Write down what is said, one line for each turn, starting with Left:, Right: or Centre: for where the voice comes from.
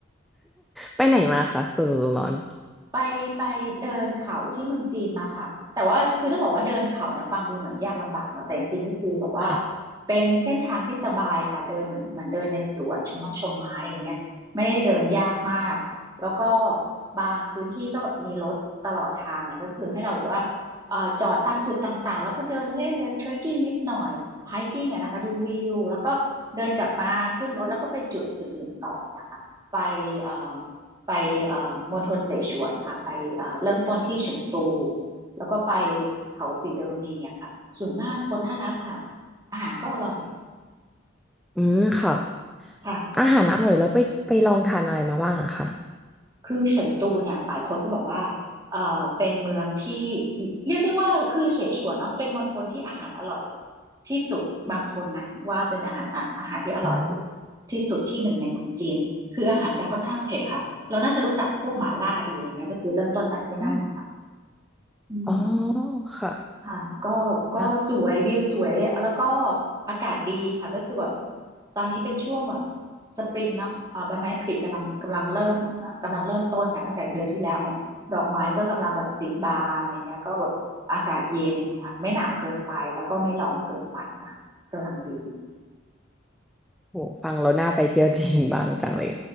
Centre: ไปไหนมาคะสดๆร้อน
Right: ไปไปเดินเขาที่เมืองจีนมาค่ะแต่ว่าคือต้องบอกว่าเดินเขาเนี่ยฟังดูเหมือนยากลำบากเนาะแต่จริงๆก็คือแบบว่า
Centre: ๆค่ะ
Right: เป็นเส้นทางที่สบายค่ะเดินเหมือนเหมือนเดินในสวนชมนกชมไม้อะไรเงี้ยไม่ได้เดินยากมากแล้วก็บางพื้นที่ก็แบบมีรถตลอดทางอะไรก็คือให้เราแบอกว่าเอ่อจอดตามจุดต่างๆแล้วก็เดินเล่นเดินเทรคกิ้งนิดหน่อยไฮกิ้งอะนะคะดูวิวแล้วก็เดินกลับมาขึ้นรถแล้วก็ไปจุดอื่นๆต่อเนี่ยค่ะไปเอ่อ ไปเอ่อมณฑลเสฉวนค่ะไปเอ่อเริ่มต้นที่เฉิงตูแล้วก็ไปเขาสีดารุณีอะค่ะสวยมากคนน่ารักค่ะอาหารก็อร่อย
Centre: อืมค่ะ
Right: ค่ะ
Centre: อาหารอร่อยแล้วไปไปลองทานอะไรมาบ้างอะคะ
Right: คือเฉิงตูเนี่ยหลายคนก็บอกว่าเอ่อเป็นเมืองที่เรียกได้ว่าคือเสฉวนเนาะเป็นมณฑลที่อาหารอร่อยที่สุดบางคนนะว่าเป็นอาหารอะอาหารที่อร่อย
Centre: อืม
Right: ที่สุดที่หนึ่งในเมืองจีนคืออาหารจะค่อนข้างเผ็ดค่ะเราน่าจะรู้จักพวกหม่าล่าดีอะไรเงี้ยก็คือเริ่มต้นจากที่นั่นนะคะ
Centre: อืม
Right: อืม
Centre: อ๋อค่ะ
Right: ค่ะก็ก็สวยวิวสวยแล้วก็
Centre: นะ
Right: อากาศดีค่ะก็คือแบบตอนนี้เป็นช่วงแบบสปริงเนาะเอ่อใบไม้ผลิกำลังกำลังเริ่มเอ่อกำลังเริ่มต้นค่ะตั้งแต่เดือนที่แล้วเนี่ยดอกไม้ก็กำลังแบบผลิบานอะไรเงี้ยก็แบบอากาศเย็นค่ะไม่หนาวเกินไปแล้วก็ไม่ร้อนเกินไปนะคะกำลังดี
Centre: โหฟังแล้วน่าไปเที่ยวจีนบ้างจังเลย